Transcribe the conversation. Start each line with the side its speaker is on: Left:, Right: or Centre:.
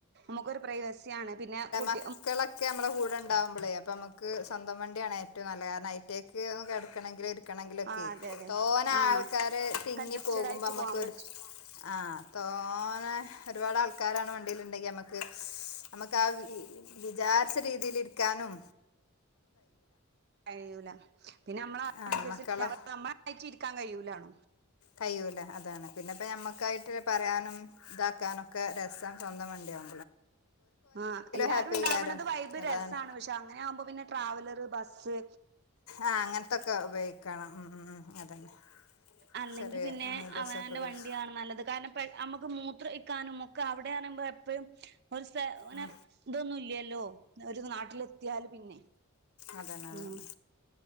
Right: മുക്കൊരു പ്രൈവസിയാണ് പിന്നെ കുട്
Left: ക്കേളക്കെ യമ്മളെ കൂടെ ണ്ടാവുമ്പളേ അപ്പൊമക് ക്ക് സ്വന്തം വണ്ട്യാണ് ഏറ്റവുനല്ലത് കാര്നം ഐറ്റേക്ക് ഒന്ന് കെടക്കണങ്കില് ക്കണെങ്കിലൊക്കെ
Right: ആഹ് അതെ അതെ
Left: തോന
Right: ആഹ്
Left: ആൾക്കാര് തിങ്ങി
Right: കൺജസ്റ്റഡ്
Left: പോകുമ്പോ
Right: ആയിട്ട്
Left: അമ്മക്കൊരു
Right: പോവാൻ പറ്റും
Left: ആഹ് തോനെ ഒര്പാട് ആൾക്കാരാണ് വണ്ടില്ണ്ടെ ക്യമക്ക് അമക്ക് ആഹ് വിദി വിജാര്ച്ച രീതില്ഇര്ക്കാനും
Right: കയ്യൂല പിന്നെ അമ്മള അയ്നൻസര്ച്ച്
Left: ആഹ് മക്കളെ
Right: <unintelligible> ആയ്റ്റ് ഇരിക്കാൻ കയ്യൂലാണോ
Left: കയ്യൂല അതാണ് പിന്നപ്പഞമ്മക്കായിട്ട് പറയാനും ഇതാക്കാനൊക്കെ രസം സ്വന്തം വണ്ട്യാണ്
Right: ആഹ് എല്ലാരുണ്ടാവ്ണ്ത്
Left: ഹാപ്പിയ്ക്കാരം
Right: വൈബ്
Left: അതാണ്
Right: രസാണ് പക്ഷെ അങ്ങനെയാവുമ്പോ പിന്നെ ട്രാവലറ് ബസ്സ്
Left: ആഹ് അങ്ങൻത്തൊക്കെ ഉപയോഗിക്കണം ഉം ഉം ഉം അതന്നെ
Right: അല്ലങ്കി
Left: ചെറിയ
Right: പിന്നെ
Left: മിനി ബസ്സൊക്കെ
Right: അവനാന്റെ
Left: ഉപയോഗിച്ച്
Right: വണ്ടിയാണ് നല്ലത് കാര്ണം പെ. അമ്മക്ക് മൂത്രയിക്കാനും മൊക്ക് അവിടെറ്നിമ്പോ എപ്പഴും ഒര് സെ ഒനെ
Left: ഉം
Right: തൊന്നുല്യല്ലോ ഒരു നാട്ടിലെത്തിയാല് പിന്നെ
Left: അതെന്നെ
Right: ആ
Left: അതാണ്